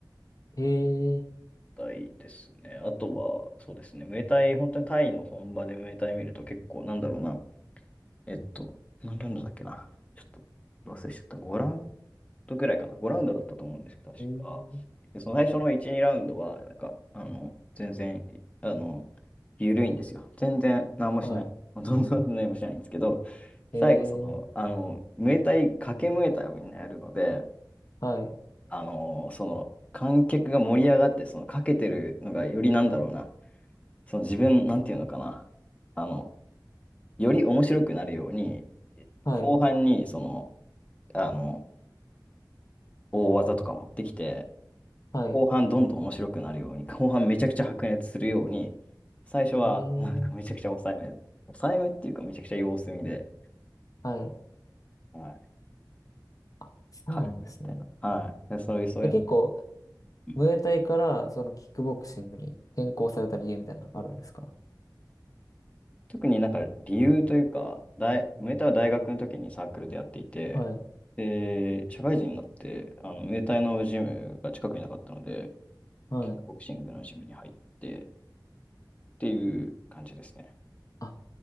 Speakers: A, on the left; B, on the left.
A: えー、
B: 体ですね。あとは、そうですね、ムエタイ、本当にタイの本場でムエタイ見ると結構、なんだろうな、えっと、何ラウンドだっけな。ちょっと忘れしちゃった。5ラウンドくらいかな。5ラウンドだったと思うんですけど、確か。
A: えー、
B: で、その最初の1、2ラウンドは、なんか、あの、全然、あの、緩いんですよ。全然何もしない。
A: はい。
B: <laughs> んどんどん何もしないんですけど、
A: えー、
B: 最後、その、あの、ムエタイ、掛けムエタイをみんなやるので、
A: はい、
B: あの、その、観客が盛り上がって、その、かけてるのがよりなんだろうな。その自分、なんていうのかな。あの、より面白くなるように、
A: はい、
B: 後半に、その、あの、大技とか持ってきて、
A: はい。
B: 後半どんどん面白くなるように、後半めちゃくちゃ白熱するように、最初はなんかめちゃくちゃ抑えめ、
A: えー、
B: 抑えめっていうかめちゃくちゃ様子見で、
A: はい。
B: はい、
A: あ、そうなんですね。
B: 軽くみたいな。はい。で、そういう、そういうの。
A: え、結構、
B: うん
A: ムエタイからそのキックボクシングに転向された理由みたいなのあるんですか
B: 特になんか理由というか、大、ムエタイは大学の時にサークルでやっていて、
A: はい。
B: で、社会人になって、あの、ムエタイのジムが近くになかったので、
A: はい。
B: キックボクシングのジムに入ってっていう感じですね。
A: あ、